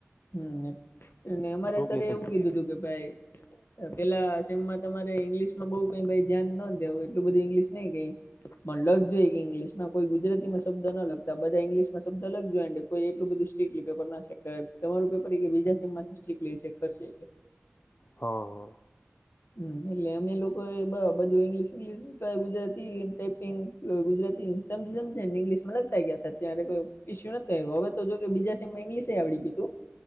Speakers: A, on the left (about 65°); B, on the left (about 45°).
A: હમ અમારે
B: હું
A: સર
B: કે પછી
A: એવું કીધું હતું કે ભાઈ પેલા સેમ તમારે ઈંગ્લિશમાં બહું કઈ ધ્યાન ન દે એટલું બધું ઈંગ્લશ નહીં કઈ. પણ લગ જોઈએ કે ઇંગ્લિશ માં કોઈ ગુજરાતીમાં શબ્દ ના લગતા બધા ઈંગ્લિશમાં શબ્દ લખજો કોઈ એટલું બધું સ્ટ્રીિક્ટલી પેપર ના ચેક કરે તમારું પેપર એ બીજા સેમથી સ્ટલી કરશે.
B: હા, હા.
A: હમ એટલે અમે લોકો એ બધું ઈંગ્લિશ ઇંગ્લિશ કઈ ગુજરાતી ટાઈપિંગ ગુજરાતી સમજી સમજ ને ઇંગ્લિશ માં લગતા ગયા હતા ત્યારે કોઈ ઈસ્યુ નથી આવ્યો હવે તો જો કે બીજા ઇંગ્લશ આવડીધું.